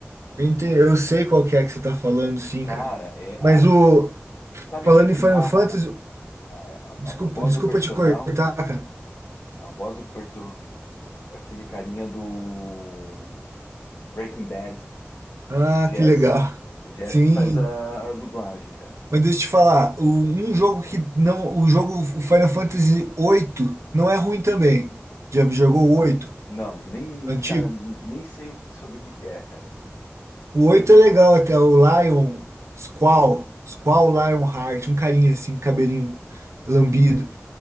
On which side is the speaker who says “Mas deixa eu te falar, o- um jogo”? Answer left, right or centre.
Right